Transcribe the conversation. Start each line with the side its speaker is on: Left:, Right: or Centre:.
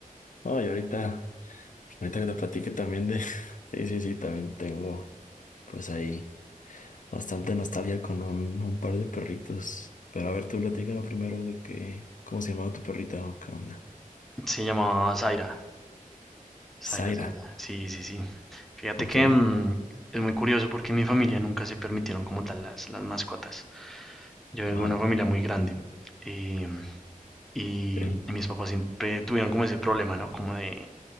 Left: No, y ahorita, ahorita que te platique también de... <laughs> Sí, sí, sí, también tengo pues ahí bastante nostalgia con un, un par de perritos. Pero a ver, tú platícame primero de qué... ¿Cómo se llamaba tu perrita o qué onda?
Centre: Se llamaba Zaira. Zaira,
Left: Zaira.
Centre: Zaira. Sí, sí, sí. Fíjate
Left: Ok.
Centre: que mm, es muy curioso porque en mi familia nunca se permitieron como tal las, las mascotas. Yo vengo
Left: Ajá.
Centre: de una familia muy grande eh, y,
Left: Ok.
Centre: y mis papás siempre tuvieron como ese problema, ¿no? Como de